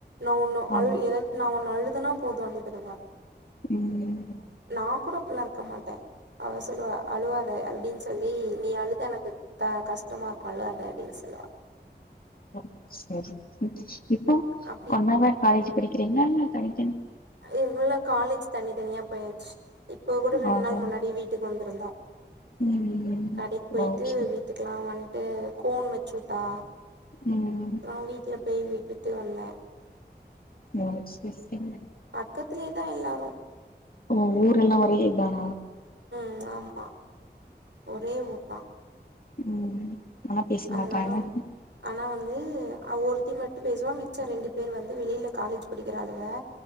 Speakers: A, on the right; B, on the left.
A: நா ஒன்னு
B: ஆமா
A: அழ் ஏக் நா ஒன்னு அழுதண்ணா போது அழுதுருவா
B: ம்
A: நா கூட அப்பில்லா இருக்க மாட்டே அவ சொல்லுவா அழுவாத அப்டின் சொல்லி நீ அழுதா எனக்கு க கஷ்டமாஇர்க் அழாத அப்டின் சொல்லுவா
B: ஓ செரி இப் இப்போ
A: அப்டி
B: ஒண்ணாவே காலேஜு படிக்கிறீங்களா இல்ல தனித்தனி
A: இல்ல காலேஜ் தனி தனியா போயாச் இப்போ கூட ரெண்டு
B: ஆஹா
A: நாள் முன்னாடி வீட் டுக் வந்திருந்தா
B: ம்
A: கடைக்ஒ பொயிட்டு
B: ஓ சரி
A: வீட் டுக்கலா வன்ட்டு கோன் வச்சுட்டா
B: ம்
A: அவ வீட்ல போய் விட்டுட்டு வந்தே.
B: ஓ செர் செரிங்க
A: பக்கத்துலே தா எல்லாரு
B: ஓ ஊர்எல்லா ஒரேஇதான
A: ம் ஆம்மா ஒரே ஊர் தா
B: ம் ஆனா பேச
A: அதனாலூ
B: மாட்டாங்க
A: ஆனா வந்து அவஒருத்தி மட்டு பேசுவா மிச்ச ரெண்டு பேரு வந்து வெளியில காலேஜ் படிக்கிறலுங்க